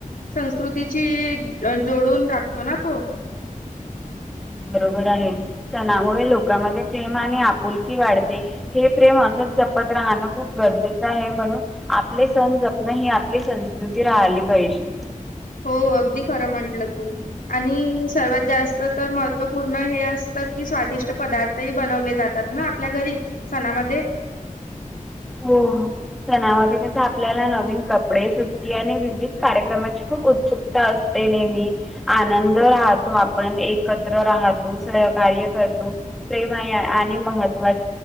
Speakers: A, on the left (about 80°); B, in the centre.
A: संस्कृतीची जोडून राखतो ना तो
B: बरोबर आहे सणामुळे लोकांमध्ये प्रेम आणि आपुलकी वाढते हे प्रेम असंच जपत राहणं खूप गरजेचं आहे म्हणून आपले सण जपण ही आपली संस्कृती राहिली पाहिजे
A: हो अगदी खरं म्हंटलं तू आणि सर्वात जास्त तर महत्त्वपूर्ण हे असतं की स्वादिष्ट पदार्थही बनवले जातात ना आपल्या घरी सणामध्ये
B: हो सणामध्ये कस आपल्याला नवीन कपडे सुट्टी आणि विविध कार्यक्रमाची खूप उत्सुकता असते ते नेहमी आनंद राहतो आपण एकत्र राहतो सहकार्य करतो प्रेमा आणि महत्वा